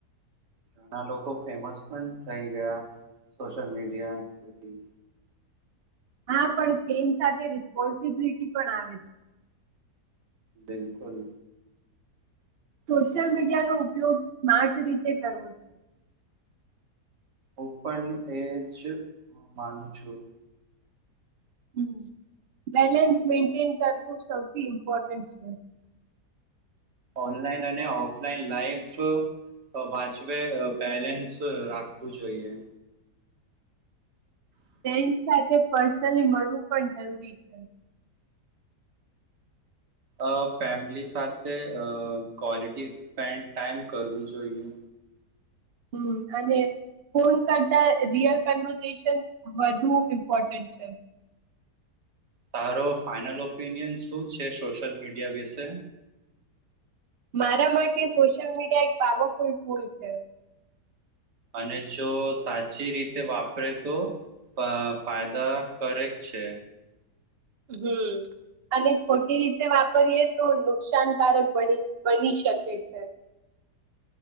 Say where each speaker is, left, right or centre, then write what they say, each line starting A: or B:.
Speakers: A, on the right; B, on the right.
A: ઘણા લોકો ફેમસ પણ થઈ ગયા સોશિયલ મીડિયા સુધી.
B: હા પણ ફેમ સાથે રિસ્પોન્સિબિલિટી પણ આવે છે.
A: બિલકુલ.
B: સોશિયલ મીડિયાનો ઉપયોગ સ્માર્ટ રીતે કરવો જોઈએ.
A: ઓપન એજ હ માનું છું.
B: હમ બેલેન્સ મેન્ટેન કરવું સૌથી ઇમ્પોર્ટન્ટ છે.
A: ઓનલાઈન અને ઓફલાઈન લાઈફ, વાંચવે બેલેન્સ રાખવું જોઈએ.
B: તેમ સાથે પર્સનલી મળવું પણ જરૂરી છે.
A: અ ફેમિલી સાથે ક્વલિટી સ્પેન્ડ ટાઈમ કરવું જોઈએ.
B: હમ અને, ફોન કરતા રિયલ કન્વશન્સ વધુ ઇમ્પોર્ટન્ટ છે.
A: તારો ફાઈનલ ઓપિનિયન શું છે સોશિયલ મીડિયા વિશે?
B: મારા માટે સોશિયલ મીડિયા એક પાવરફુલ ટૂલ છે.
A: અને જો સાચી રીતે વાપરે તો ફાયદા કરેક છે.
B: હમ અને ખોટી રીતે વાપરીએ તો નુકસાનકારક બ બની શકે છે.